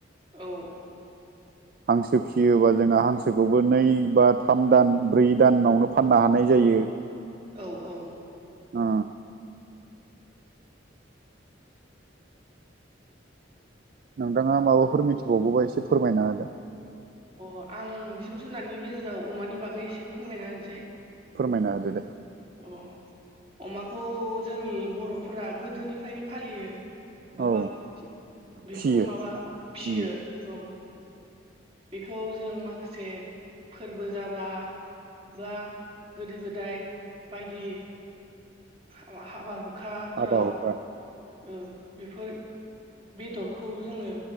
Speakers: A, on the right; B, on the right.
A: औ
B: <unintelligible> हांसो फिसियोबा जोङो हांसोखौबो नै बा थाम दान ब्रै दानावनो फाननो हानाय जायो
A: औ औ
B: ओ नोंथाङा माबाफोर मिथिबावगौबा एसे फोरमायना होदो
A: अ आं जिब जुनारनि गेजेराव अमानि बागै एसे फोरमायना होनोसै
B: फोरमायना होदो दे
A: अ अमाखौ जोंनि बर'फोरा गोदोनिफ्रायनो फालियो माबा
B: औ
A: बेखौ
B: फियो
A: माबा फियो
B: उम
A: औ बेखौ जों माखासे फोरबो जाबा बा गोदो गोदाय बायदि हाबा हाबा हुखाफोराव
B: हाबा हुखा
A: उम बेफोर बेदरखौ जोङो